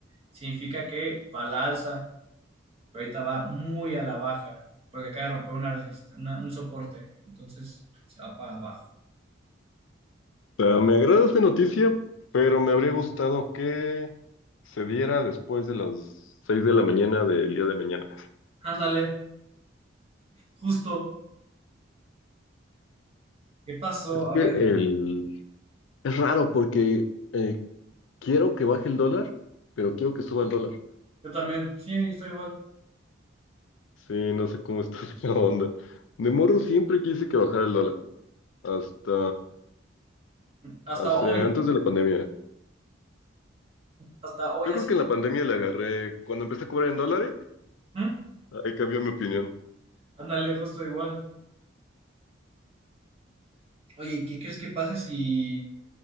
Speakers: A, on the right (about 30°); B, on the left (about 75°).
A: significa que va a la alza, pero ahorita va muy a la baja, porque acaba de romper una resist- una- un soporte, entonces se va para abajo.
B: sea, me agrada esta noticia, pero me habría gustado que se diera después de las 6 de la mañana del día de mañana.
A: Ándale, justo, ¿qué pasó?
B: Es
A: A
B: que
A: ver,
B: el... es raro porque eh, quiero que baje el dólar, pero quiero que suba el dólar.
A: yo también, sí, estoy igual.
B: Sí, no sé cómo está <laughs> la onda. De morro siempre quise que bajara el dólar, hasta
A: Hasta
B: hace...
A: hoy,
B: antes de la pandemia.
A: hasta hoy
B: Yo
A: hace,
B: creo que en la pandemia le agarré, cuando empecé a cobrar en dólares,
A: ¿eh?
B: ahí cambió mi opinión.
A: ándale, justo igual. Oye, ¿y ¿qué crees que pase si...